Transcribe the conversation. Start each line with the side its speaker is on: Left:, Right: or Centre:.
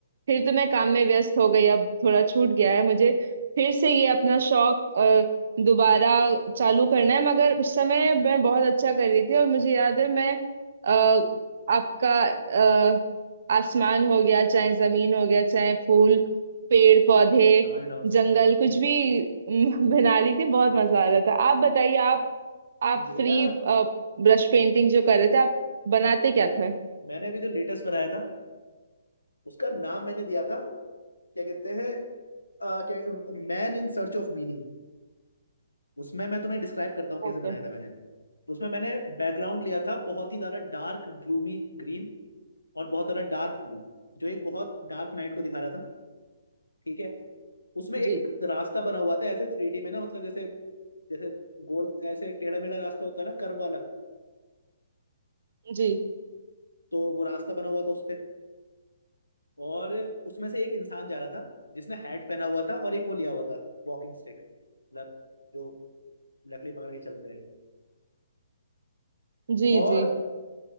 Right: फिर तो मैं काम में व्यस्त हो गई अब थोड़ा छूट गया है मुझे फिर से ये अपना शौक दोबारा चालू करना है मगर उस समय मैं बहुत अच्छा कर रही थी और मुझे याद है मैं अ, आपका अ, आसमान हो गया चाहे जमीन हो गया चाहे फूल पेड़ पौधे
Left: समझ रहा हूँ समझ
Right: जंगल
Left: रहा हूँ
Right: कुछ भी <laughs> म, बना रही थी बहुत मजा
Left: हम्म,
Right: आ रहा था आप बताइए आप आप
Left: मेरा
Right: फ्री ब्रश पेंटिंग जो कर रहे थे आप बनाते क्या थे
Left: मैंने अभी जो लेटेस्ट बनाया था उसका नाम मैंने दिया था क्या कहते हैं अ, क्या man in search of meaning उसमें मैं तुम्हें डिस्क्राइब करता हूँ कैसे
Right: ओके
Left: बनाया था मैंने तो उसमें मैंने बैकग्राउंड लिया था बहुत ही ज्यादा डार्क ग्लूमी ग्रीन और बहुत ज्यादा डार्क ब्लू जो एक बहुत डार्क नाइट को दिखा रहा था ठीक है उसमें एक
Right: जी
Left: रास्ता बना हुआ था ऐसे थ्री डी में ना मतलब जैसे जैसे गोल ऐसे टेढ़ा मेढ़ा रास्ता होता है ना कर्व वाला
Right: जी
Left: तो वो रास्ता बना हुआ था उस पे और उसमें से एक इंसान जा रहा था जिसने हैट पहना हुआ था और एक वो लिया हुआ था वॉकिंग स्टिक मतलब जो लकड़ी पकड़ के चलते हैं
Right: जी
Left: और
Right: जी